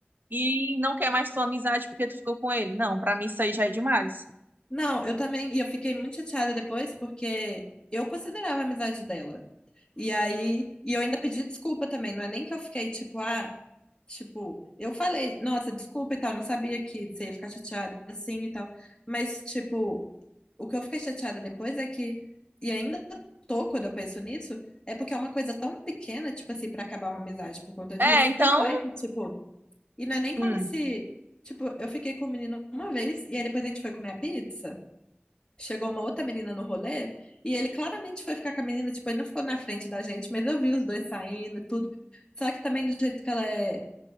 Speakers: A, on the right; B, on the left.
A: e não quer mais tua amizade porque tu ficou com ele. Não, pra mim isso aí já é demais.
B: Não, eu também. E eu fiquei muito chateada depois, porque eu considerava a amizade dela. E aí, e eu ainda pedi desculpa também, não é nem que eu fiquei tipo, ah, tipo, eu falei, nossa, desculpa e tal, não sabia que você ia ficar chateada assim e tal, mas tipo, o que eu fiquei chateada depois é que, e ainda tô quando eu penso nisso, é porque é uma coisa tão pequena, tipo assim, pra acabar uma amizade por conta disso,
A: É, então.
B: tanto é que, tipo, e não é nem como
A: hum.
B: se, tipo, eu fiquei com o menino uma vez e aí depois a gente foi comer a pizza. Chegou uma outra menina no rolê e ele claramente foi ficar com a menina, tipo, ele não ficou na frente da gente, mas eu vi os dois saindo e tudo. Só que também do jeito que ela é,